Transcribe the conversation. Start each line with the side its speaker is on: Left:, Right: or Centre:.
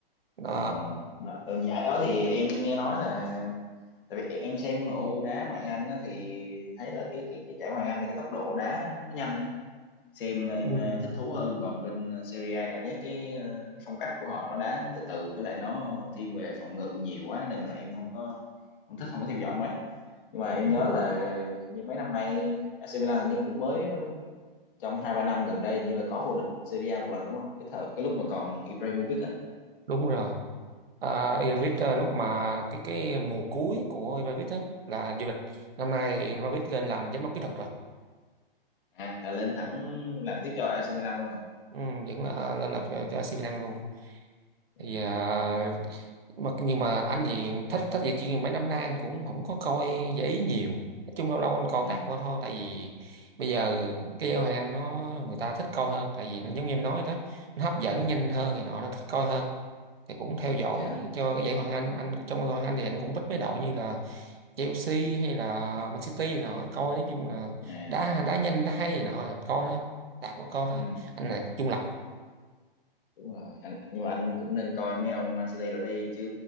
Right: Ờ,
Left: Ờ, mà ở giải đó thì em nghe nói là tại vì em xem MU đá ngoại hạng Anh á, thì thấy là cái cái cái giải ngoại hạng Anh thì cái tốc độ đá nó nhanh á. xem em
Right: ừ,
Left: ờ, thích thú hơn còn bên ờ, Serie A cảm giác cái, ờ, cái phong cách của họ nó đá nó từ từ với lại nó thiên về phòng ngự nhiều quá nên là em không có không thích không có theo dõi mấy nhưng mà em
Right: đúng
Left: nhớ là như mấy năm nay AC Milan hình như cũng mới trong hai ba năm gần đây như là có vô địch Serie A một lần đúng không cái thợ cái lúc mà còn Ibrahimovic à
Right: đúng rồi à, Ibrahimovic,
Left: à,
Right: ờ, lúc mà cái cái mùa cuối của Ibrahimovic á là vô địch năm nay Ibrahimovic lên làm giám đốc kỹ thuật rồi
Left: à là lên thẳng làm tiếp cho AC Milan luôn hả
Right: Ừ, vẫn là, lên lập cho, cho AC Milan luôn
Left: ui
Right: thì à, mà nhưng mà anh gì thích thích vậy chứ mấy năm nay anh cũng không có coi giải ý nhiều nói chung lâu lâu anh coi
Left: ừ
Right: tạt qua thôi tại vì bây giờ cái giải Ngoại hạng Anh nó người ta thích coi hơn tại vì nó giống như em nói đó nó hấp dẫn nhanh hơn thì nọ nó thích coi hơn thì cũng theo dõi
Left: dạ
Right: cho cái giải Ngoại hạng Anh anh trong giải Ngoại hạng Anh thì anh cũng thích mấy đội như là Chelsea hay là Man City này nọ coi nói chung là
Left: à
Right: đá đá nhanh đá hay này nọ coi thôi tạt qua coi thôi
Left: ừ
Right: anh là chung là
Left: đúng rồi anh nhưng mà anh cũng nên coi mấy ông Man City rồi đi chứ